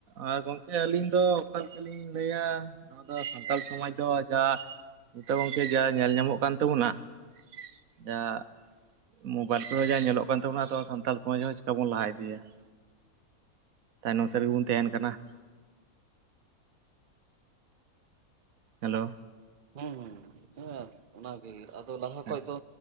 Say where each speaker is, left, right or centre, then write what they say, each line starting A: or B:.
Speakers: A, on the right; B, on the right.
A: ᱟᱨ ᱜᱚᱝᱠᱮ, ᱟᱹᱞᱤᱧ ᱫᱚ ᱚᱠᱟ, ᱞᱮᱠᱟ ᱞᱤᱧ ᱞᱟᱹᱭᱟ? ᱱᱚᱣᱟ ᱫᱚ ᱥᱟᱱᱛᱟᱞ ᱥᱚᱢᱟᱡᱽ ᱫᱚ, ᱡᱟ ᱱᱤᱛᱚᱜ ᱜᱚᱝᱠᱮ, ᱡᱟ ᱧᱮᱞ ᱧᱟᱢᱚᱼᱜ ᱠᱟᱱ ᱛᱟᱵᱚᱱᱟ ᱾ ᱥ-ᱤ-ᱭᱟᱹ-ᱜ ᱡᱟᱜ <unintelligible> ᱢᱳᱵᱟᱭᱤᱞ ᱠᱚᱨᱮ, ᱡᱟᱦᱟᱸ ᱧᱮᱞᱚᱜ ᱠᱟᱱ ᱛᱟᱵᱚᱱᱟ, ᱟᱫᱚ ᱥᱟᱱᱛᱟᱲᱹ ᱥᱚᱢᱟᱡᱽ ᱦᱚᱸ, ᱪᱤᱠᱟᱹ ᱵᱚᱱ ᱞᱟᱦᱟ ᱤᱫᱤᱭᱟ ᱾ ᱛᱟᱭᱱᱚᱢ ᱥᱮᱫ ᱨᱮᱜᱮ, ᱵᱚᱱ ᱛᱟᱦᱮᱸᱱ ᱠᱟᱱᱟ ᱾ ᱦᱮᱞᱳ ᱾
B: ᱦᱩᱸᱝ, ᱦᱩᱸᱮᱸ ᱚᱱᱟ ᱜᱮ ᱟᱫᱚ, ᱞᱟᱦᱟᱸ
A: ᱦᱮᱸ
B: ᱠᱷᱚᱡ ᱫᱚ,